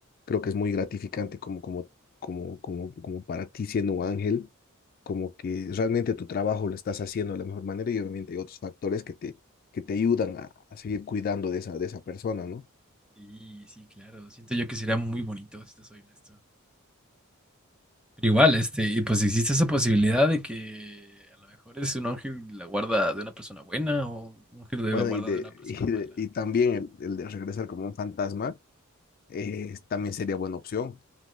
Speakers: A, on the left (about 40°); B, in the centre.
A: creo que es muy gratificante como, como, como, como, como para ti siendo un ángel, como que realmente tu trabajo lo estás haciendo de la mejor manera y obviamente hay otros factores que te, que te ayudan a, a seguir cuidando de esa, de esa persona, ¿no?
B: Sí, sí, claro. Siento yo que sería muy bonito, si te soy honesto. Pero igual, este, y pues existe esa posibilidad de que a lo mejor es un ángel de la guarda de una persona buena o un ángel de la
A: Bueno,
B: guarda
A: y, de,
B: de una persona
A: <laughs> y,
B: mala.
A: de- y también el, el de regresar como un fantasma eh, también sería buena opción.